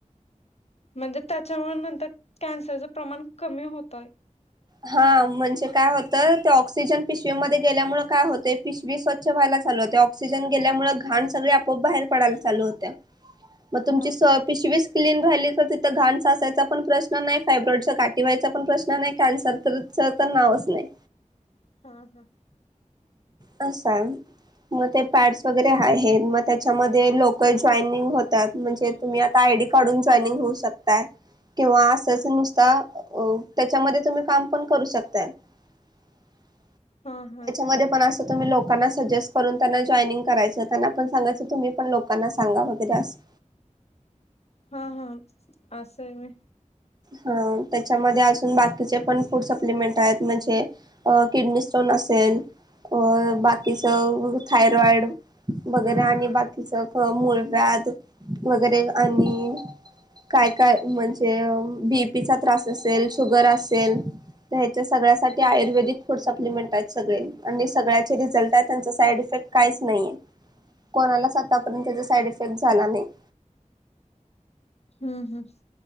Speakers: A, on the left; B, on the right.
A: म्हणजे त्याच्यामुळे नंतर कॅन्सरचं प्रमाण कमी होतंय
B: हा म्हणजे काय होतं ते ऑक्सिजन पिशवीमध्ये गेल्यामुळे काय होते पिशवी स्वच्छ व्हायला चालू होते ऑक्सिजन गेल्यामुळे घाण सगळे आपोआप बाहेर पडायला चालू होत्या मग तुमची
A: हा
B: स पिशवीच क्लीन राहिली तर तिथं घाण साचायचा पण प्रश्न नाही फायब्रॉईड गाठी व्हायचा पण प्रश्न नाही कॅन्सर तरच तर नावच नाही
A: हा हा
B: असं आहे मग ते पॅडस वगैरे आहेत मग त्याच्यामध्ये लोक जाॅयनिंग होतात म्हणजे तुम्ही आता आयडी काढून जॉयनिंग होऊ शकताय किंवा असंच नुसता त्याच्यामध्ये तुम्ही काम पण करू शकताय <unintelligible>
A: हा, ह.
B: मध्ये पण अस तुम्ही लोकांना सजेस्ट करून त्यांना जॉईनिंग करायचं त्यांना पण सांगायचं तुम्ही पण लोकांना सांगा. म्हणत्याता असं.
A: हा हा आस आहे व्हय.
B: ह त्याच्यामध्ये अजून बाकीचे पण फूड सप्लिमेंट आहेत म्हणजे अ किडनी स्टोन. असेल अ बाकीच थायरॉइड वगैरे आणि बाकीचं अ मुळव्याध वगैरे आणि काय काय म्हणजे बीपीचा त्रास असेल शुगर असेल. ह्याच्या सगळ्यासाठी आयुर्वेदिक फूड सप्लिमेंट आहेत सगळे आणि सगळ्याचे रिझल्ट आहेत त्यांच साइड इफेक्ट काहीच नाही आहे कोणालाच आतापर्यंत त्याचा साईड इफेक्ट झाला नाही. <inaudible>
A: हम्म, हम्म.